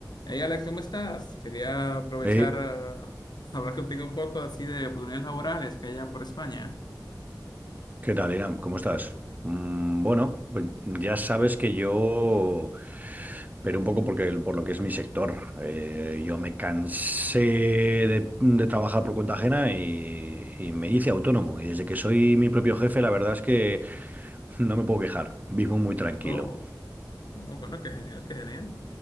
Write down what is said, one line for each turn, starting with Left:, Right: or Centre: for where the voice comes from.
Left: Hey Alex, ¿cómo estás? Quería aprovechar
Right: Eh,
Left: a hablar contigo un poco así de oportunidades laborales que hay allá por España.
Right: ¿qué tal, Iram? ¿Cómo estás? Mm, bueno, pues ya sabes que yo, pero un poco porque, por lo que es mi sector, Eh, yo me cansé de, de trabajar por cuenta ajena y, y me hice autónomo. Y desde que soy mi propio jefe, la verdad es que no me puedo quejar, vivo muy tranquilo.
Left: Oh. No, bueno, qué genial, qué genial.